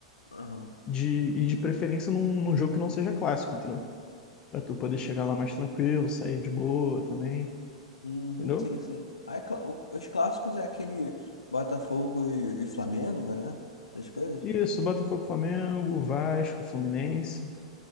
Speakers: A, on the left; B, on the left.
A: Aham.
B: De, e de preferência num, num jogo que não seja clássico, entendeu? Pra tu poder chegar lá mais tranquilo, sair de boa também,
A: Uhum,
B: entendeu?
A: sim, sim. Aí, cla- o- os clássicos é aquele Botafogo e, e Flamengo, né? Essas coisas.
B: Isso, Botafogo, Flamengo, Vasco, Fluminense.